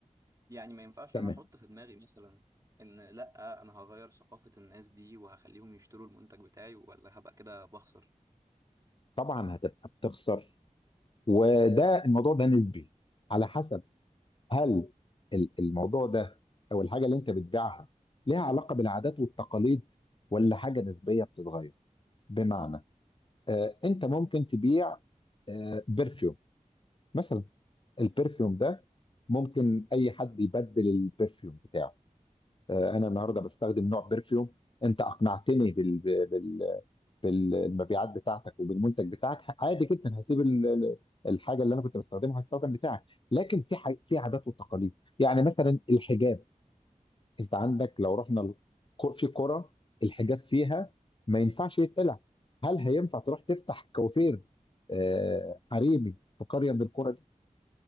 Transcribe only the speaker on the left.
تمام
طبعا هتبقى بتخسر وده الموضوع ده نسبي على حسب هل ال- الموضوع ده او الحاجه اللي انت بتبيعها ليها علاقه بالعادات والتقاليد ولا حاجه نسبيه بتتغير بمعنى آه انت ممكن تبيع آه برفيوم مثلا البرفيوم ده ممكن اي حد يبدل البرفيوم بتاعه آه انا النهارده بستخدم نوع برفيوم انت اقنعتني بال... بال... بالمبيعات بتاعتك وبالمنتج بتاعك عادي جدا هسيب ال- ال- الحاجه اللي انا كنت بستخدمها هستخدم بتاعك لكن في ح... في عادات وتقاليد يعني مثلا الحجاب انت عندك لو رحنا الك- في قرى الحجاب فيها ما ينفعش يتقلع هل هينفع تروح تفتح كوافير آه، حريمي في قريه من القرى دي